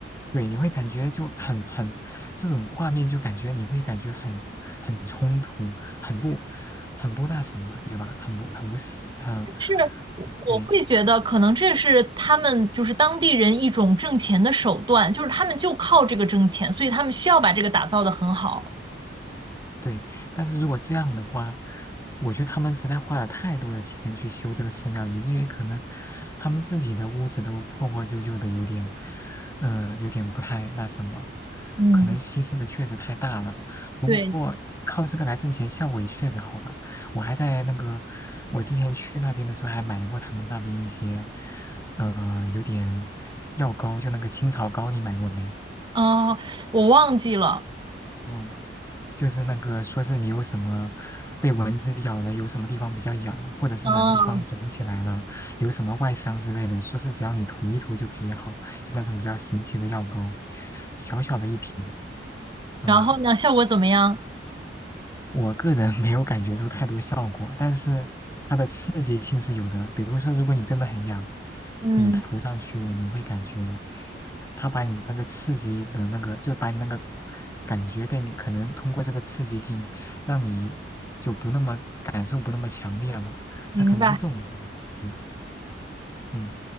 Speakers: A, on the left (about 15°); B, on the right (about 25°).
A: 对，你会感觉就很很这种画面，就感觉你会感觉很很冲突，很不很不那什么，对吧？很不很不是，嗯，
B: 是我会觉得可能这是他们就是当地人一种挣钱的手段，
A: 对。
B: 就是他们就靠这个挣钱，所以他们需要把这个打造的很好。
A: 对，但是如果这样的话，我觉得他们实在花了太多的钱去修这个寺庙，以至于可能他们自己的屋子都破破旧旧的，有点，嗯、有点不太那什么，
B: 嗯，
A: 可能牺牲的确实太大了。不过靠这个来挣钱，
B: 对，
A: 效果也确实好吧。我还在那个，我之前去那边的时候还买过他们那边一些，呃，有点药膏，就那个青草膏，你买过没？
B: 啊、我忘记了。
A: 嗯。就是那个说是你有什么被蚊子咬了，有什么地方比较痒，或者是哪个地方肿起来了，
B: 嗯，
A: 有什么外伤之类的，说是只要你涂一涂就可以好，就那种比较神奇的药膏，小小的一瓶啊。
B: 然后呢，效果怎么样？
A: 我个人没有感觉出太多效果，但是它的刺激性是有的。比如说，如果你真的很痒，
B: 嗯，
A: 你涂上去，你会感觉它把你那个刺激的那个，就把你那个感觉给你，可能通过这个刺激性，让你就不那么感受不那么强烈了。
B: 明白，
A: 它可能是这种作用对，嗯。